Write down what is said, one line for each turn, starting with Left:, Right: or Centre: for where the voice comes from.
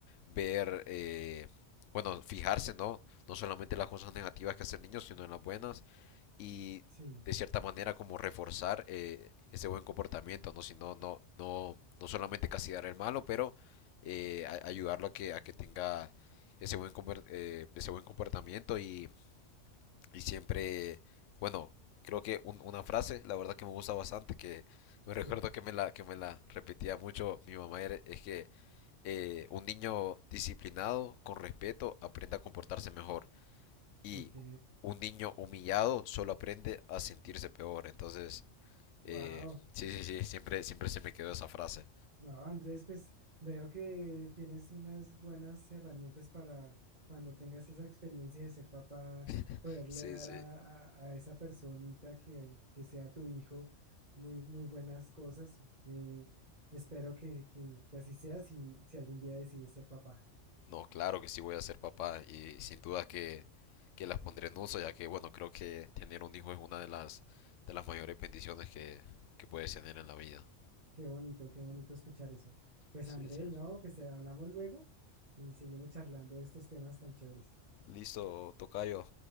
Left: ver, eh, bueno, fijarse, ¿no? No solamente en las cosas negativas que hace el niño, sino en las buenas y
Right: sí,
Left: de cierta manera como reforzar eh, ese buen comportamiento, ¿no? Si no, no, no, no solamente castigar el malo, pero eh, a- ayudarlo a que, a que tenga ese buen, conver- eh, ese buen comportamiento y, y siempre, bueno, creo que un- una frase, la verdad que me gusta bastante, que me recuerdo
Right: sí,
Left: que me la, que me la repetía mucho mi mamá, era- es que eh, un niño disciplinado, con respeto, aprende a comportarse mejor. Y
Right: ok,
Left: un niño humillado solo aprende a sentirse peor. Entonces, eh,
Right: wow.
Left: sí, sí, sí, siempre, siempre se me quedó esa frase.
Right: No, Andrés, pues veo que tienes unas buenas herramientas para cuando tengas esa experiencia de ser papá,
Left: <laughs>
Right: poderle
Left: Sí,
Right: dar
Left: sí.
Right: a, a- a esa personita que, que sea tu hijo muy, muy buenas cosas. Eh, espero que, que- que así sea si, si algún día decides ser papá.
Left: No, claro que sí voy a ser papá y sin duda que, que las pondré en uso, ya que, bueno, creo que tener un hijo es una de las, de las mayores bendiciones que, que puedes tener en la vida.
Right: Qué bonito, qué bonito escuchar eso. Pues
Left: Sí,
Right: Andrés,
Left: sí.
Right: no, pues te hablamos luego y seguimos charlando de estos temas tan chéveres.
Left: Listo, tocayo.